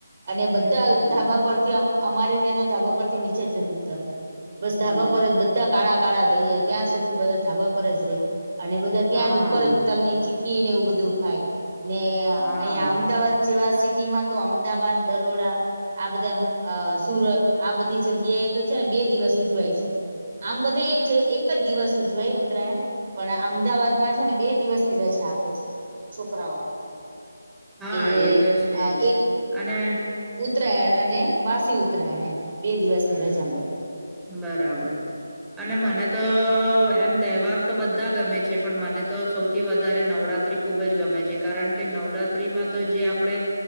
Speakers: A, on the right; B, in the centre.
A: અને
B: હમ્મ,
A: બધા ધાબા પરથી અમારે ત્યાં તો ધાબા પરથી નીચે જ નથી ઉતરતા બસ
B: હમ્મ.
A: ધાબા પર જ બધા કાળા કાળા થઈ જાય ત્યાં સુધી બધા ધાબા પર જ રહી અને બધ ત્યાં
B: હા,
A: જ ઉપર જ તલની ચીકી ને એવું બધું ખાય ને
B: હા,
A: અહિયાંયા અમદાવાદ જેવા સિટી માં તો અમદાવાદ બરોડા આ બધા સુરત આ બધી જગ્યાએ તો છે ને બે દિવસ ઉજવાય છે. આમ બધે એક એક જ દિવસ ઉજવાય ઉત્તરાયણ પણ અમદાવાદ માં છે ને બે દિવસ ની રજા આપે છે છોકરાઓને
B: હા
A: કે
B: એ તો છે જ
A: જે એક
B: અને
A: ઉત્તરાયણ અને વાસી ઉત્તરાયણ એમ બે દિવસની
B: હમ
A: રજા પડે
B: બરાબર અને મને તો એમ તહેવાર તો બધા ગમે છે પણ મને તો સૌથી વધારે નવરાત્રી ખૂબ જ ગમે છે કારણ કે નવરાત્રીમાં તો જે આપણે